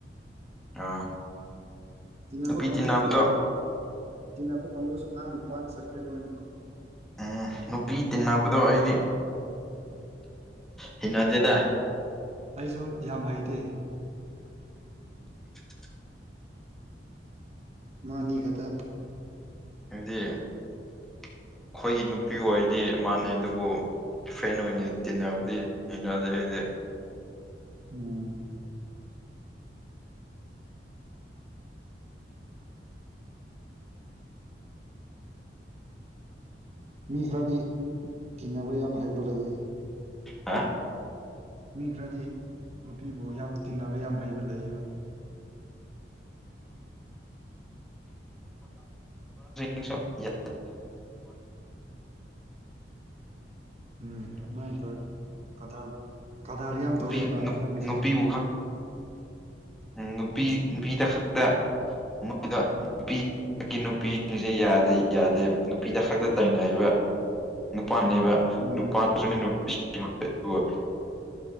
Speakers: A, in the centre; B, on the right.
A: ꯑꯥ
B: ꯇꯤꯟꯅꯕ
A: ꯅꯨꯄꯤ
B: ꯀꯥꯡꯕꯨꯁꯨ
A: ꯇꯤꯟꯅꯕꯗꯣ
B: ꯇꯤꯟꯅꯕ ꯀꯥꯡꯕꯨꯁꯨ ꯑꯥꯝ ꯄꯥꯟ ꯆꯠꯀ꯭ꯔꯦ ꯂꯣꯏꯅ
A: ꯎꯝ ꯅꯨꯄꯤ ꯇꯤꯟꯅꯕꯗꯣ ꯑꯩꯗꯤ ꯍꯩꯅꯖꯦꯗ
B: ꯑꯩꯁꯨ ꯌꯥꯝ ꯍꯩꯇꯦ
A: <inaudible>
B: ꯃꯥꯅꯤ ꯈꯛꯇ
A: ꯍꯥꯏꯗꯤ ꯑꯩꯈꯣꯏꯒꯤ ꯅꯨꯄꯤ ꯑꯣꯏꯗꯤ ꯃꯥꯟꯅꯩ ꯑꯗꯨꯕꯨ ꯐꯦꯟ ꯑꯣꯏꯅ ꯇꯤꯟꯅꯕꯗꯤ ꯍꯩꯅꯗꯦ ꯑꯩꯗꯤꯦ
B: ꯎꯝ ꯃꯤ ꯈꯔꯗꯤ ꯀꯤꯅꯕ ꯌꯥꯝ ꯍꯩꯕ ꯂꯩꯌꯦ
A: ꯍꯥ
B: ꯃꯤ ꯈꯔꯗꯤ ꯅꯨꯄꯤꯕꯨ ꯌꯥꯝ ꯇꯤꯟꯅꯕ ꯌꯥꯝ ꯍꯩꯕ ꯂꯩꯕ
A: ꯎ ꯌꯥ
B: ꯎꯝ ꯑꯗꯨꯃꯥꯏꯅ ꯇꯧꯋꯦ ꯀꯗꯥꯔ ꯀꯗꯥꯔ ꯌꯥꯝ
A: ꯅꯨꯄꯤ
B: ꯇꯧꯋꯦꯕ ꯍꯟꯗꯛꯀꯤꯁꯦ
A: ꯅꯨꯄꯤꯕꯨ ꯈꯛ ꯅꯨꯄꯤ ꯅꯨꯄꯤꯗ ꯈꯛꯇ ꯃꯣꯏꯗ ꯅꯨꯄꯤ ꯍꯟꯗꯛꯀꯤ ꯅꯨꯄꯤꯁꯤꯡꯁꯦ ꯌꯥꯗꯦ ꯌꯥꯗꯦ ꯅꯨꯄꯤꯗ ꯈꯛꯇ ꯇꯥꯏꯅꯔꯤꯕ ꯅꯨꯄꯥꯥꯟꯅꯦꯕ
B: ꯎꯝ
A: ꯅꯨꯄꯥꯗꯨꯅ ꯅꯨꯄꯤ ꯑꯗꯨꯕꯨ